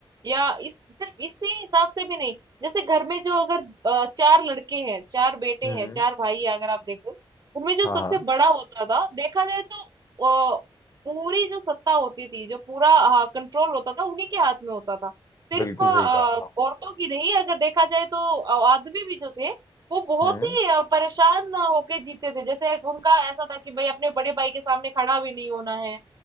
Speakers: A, on the right (about 45°); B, on the left (about 35°).
A: या इस सिर्फ इसी हिसाब से भी नहीं जैसे घर में जो अगर अ, चार लड़के हैं चार बेटे
B: हम्म
A: हैं
B: हम्म,
A: चार भाई हैं, अगर आप देखो उनमें जो
B: हाँ
A: सबसे
B: हाँ
A: बड़ा होता था देखा जाए तो अ, पूरी जो सत्ता होती थी जो पूरा कंट्रोल होता था उन्हीं के हाथ में होता था सिर्फ
B: बिल्कुल
A: अ,
B: सही कहा हाँ।
A: औरतों की नहीं अगर देखा जाए तो अ, आदमी भी जो थे वो बहुत
B: हम्म
A: ही अ, परेशान होके जीते थे जैसे उनका ऐसा था कि भाई अपने बड़े भाई के सामने खड़ा भी नहीं होना है